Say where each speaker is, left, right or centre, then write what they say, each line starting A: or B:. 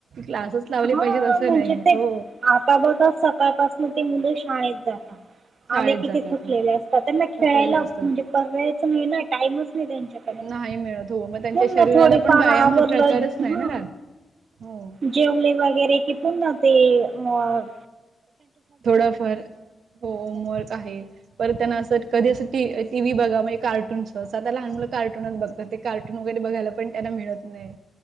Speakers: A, on the right; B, on the right.
A: क्लासेस लावले
B: हा
A: पाहिजेत असं
B: म्हणजे
A: नाही
B: ते
A: हो
B: आता बघ सकाळपासून ते मुलं शाळेत जातात
A: शाळेत
B: आम्ही किती
A: जातात
B: थकलेले
A: हो
B: असतात त्यांना खेळायला
A: थकलेले असतात.
B: म्हणजे करायचं नाही ना टाइमच नाही त्यांच्याकडे.
A: नाही मिळत हो मग त्यांच्या
B: पुन्हा
A: शरीराला
B: थोडेफार
A: पण व्यायाम
B: आवरलं
A: हा प्रकारच नाही
B: ह
A: ना राात हो
B: जेवले वगैरे कि पुन्हा ते म
A: थोडाफार हो होमवर्क आहे परत त्यांना असं कधी असं ट टी व्ही बघा म्हग कार्टूनच आता लहान मुलं कार्टूनच बघ कार्टून वगैरे बघायला पण त्यांना मिळत नाही